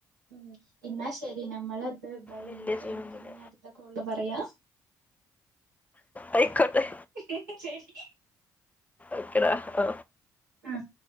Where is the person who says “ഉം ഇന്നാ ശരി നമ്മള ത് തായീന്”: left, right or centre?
Right